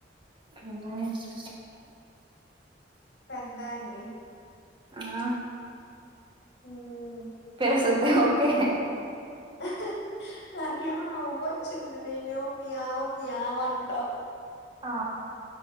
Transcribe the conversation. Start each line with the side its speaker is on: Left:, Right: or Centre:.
Right: ఉహు
Left: పెద్దయింది
Right: ఆ
Left: ఉమ్
Right: పిల సద్ది ఓకే
Left: ఉహు నాకేమో నవ్వుొచ్చింది నేనేమో మీ ఆవ మీ ఆవ అంట
Right: ఆ